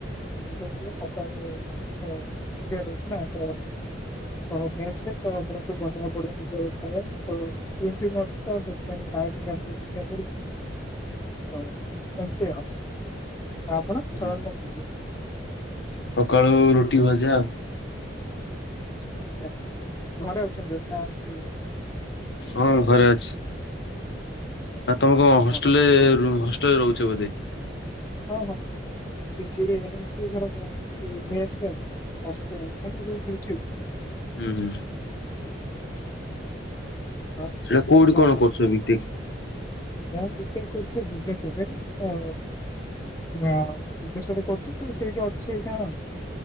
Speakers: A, on the left; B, on the left.
A: ସେ ସବୁ ଇଏ ସଖାଳୁ ଉଠିକି ତ ଏକୁଟିଆ ରହୁଛି ନା ତ ତ ମେସ୍ ରେ ତ ସେଗୁଡାକ ସବୁ ବନେଇଆକୁ ପଡିବ ନିଜର ଖାଇଆ ତ ଚିନ୍ ଫିନ୍ ଅଛି ତ ସେଥିପାଇଁ ଡାଏଟିଙ୍ଗ୍ ଘା ଟିକେ ଦେଖିବାକୁ ପଡୁଛି ତ ଏମିତି ଆଉ ଆପଣ ଛୁଆବଳୁ
B: ହୁଁ।
A: କଣ ଖାଇଥିଲେ?
B: ସକାଳୁ ରୁଟି ଭଜା ଆଉ।
A: ଆଛା ବଢିଆ ଘରେ ଅଛନ୍ତି ବୋଧେ ନା ଏନ୍ତି
B: ହଁ ଘରେ ଅଛି।
A: ଆଚ୍ଛା
B: ଆପଣ କଣ ହଷ୍ଟେଲେ
A: ବଢିଆ ବଢିଆ
B: ରୁ ହଷ୍ଟେଲେ ରହୁଛ ବୋଧେ?
A: ହଁ ହଁ ମୁଁ ପିଜି ରେ ଏମିତି <inaudible> ଘର ବୋଲି କି ମେସ୍ ଉ। ହଷ୍ଟେଲ୍ ମାନେ ରୁମ୍ ନେଇଛି ଉ।
B: ହୁଁ ହୁଁ।
A: ଆଉ
B: ସେଟା କୋଉଠି
A: ଆପଣ
B: କଣ କରୁଛ ମିଟିଙ୍ଗ୍?
A: ମୁଁ ମିଟିଙ୍ଗ୍ କରୁଚି ଭୁବନେଶ୍ଵରରେ ତ ନା ଭୁବନେସ୍ଵରରେ କରୁଛି ତ ସେଇଠି ଅଛ ଏଇ କାଁ ଆଉ